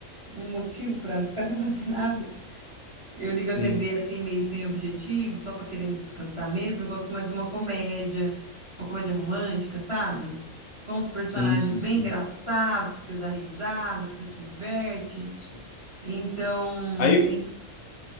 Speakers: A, on the right; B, on the left.
A: um motivo para não ficar <laughs> sem fazer nada, eu ligo
B: Sim,
A: a TV assim, meio sem objetivo, só para querendo descansar mesmo. Eu gosto mais de uma comédia, uma comédia romântica, sabe? Com os personagens
B: sim, sim,
A: bem
B: sim.
A: engraçados, que você dá risada, que você se diverte.
B: sim.
A: Então,
B: Aí,
A: tem